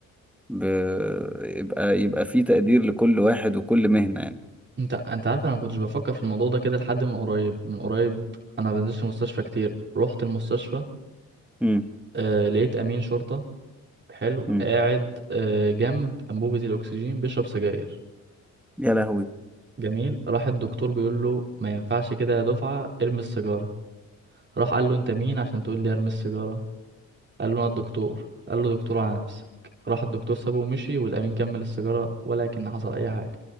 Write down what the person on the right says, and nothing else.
انت انت عارف انا ما كنتش بفكر في الموضوع ده كده لحد من قريب من قريب انا ما بنزلش المستشفى كتير رحت المستشفى
آه لقيت امين شرطه حلو
قاعد آه جنب انبوبه الاكسجين بيشرب سجاير
جميل راح الدكتور بيقول له ما ينفعش كده يا دفعه ارمي السيجاره راح قال له انت مين عشان تقول لي ارمي السيجاره قال له انا الدكتور قال له دكتور على نفسك راح الدكتور سابه ومشي والأمين كمل السيجارة ولكن حصل أي حاجة